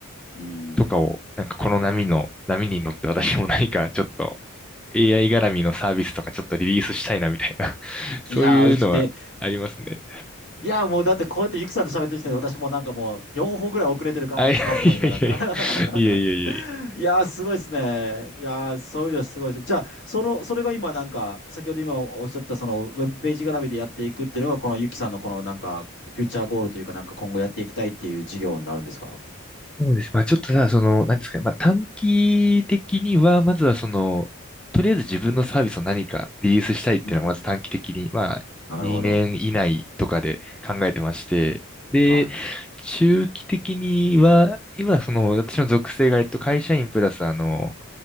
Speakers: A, on the left; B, in the centre.
A: うん。
B: とかを、なんかこの波の、波に乗って私も何か <laughs> ちょっと AI 絡みのサービスとかちょっとリリースしたいなみたいな、<laughs> そういうのはありますね。
A: いやー、で、いや、もうだってこうやってゆきさんと喋ってる時点で私もうなんかもう4歩ぐらい遅れてる感じしますもん、
B: あ、いやいやいやいや、
A: 今だから。
B: いやいやいやいや
A: <laughs> いやー、すごいですね。いやー、そういうのすごいです。じゃあ、その、それが今なんか、先ほど今おっしゃってたそのウェブページ絡みでやっていくっていうのが、このゆきさんのこのなんか、フューチャーゴールというかなんか今後やっていきたいっていう事業になるんですか
B: そうです。まあちょっとさ、その、なんですかね。まあ短期的には、まずはその、とりあえず自分のサービスを何かリリースしたいっていうのが、
A: うん。
B: まず短期的に、まあ2年以内とかで考えてまして、
A: なるほど。
B: で、
A: は
B: 中期的には、今その、私の属性が、えっと、会社員プラス、あの、